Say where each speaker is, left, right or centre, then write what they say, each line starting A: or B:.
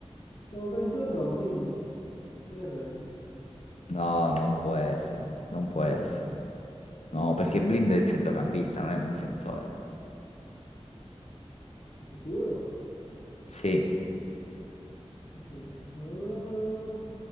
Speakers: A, on the left (about 50°); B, on the left (about 70°).
A: Stavo pensando a Blind, che ne pensi?
B: No, non può essere. Non può essere. No, perché Blind è il centrocampista, non è un difensore.
A: Sei sicuro?
B: Sì.
A: Ho capito. Ah,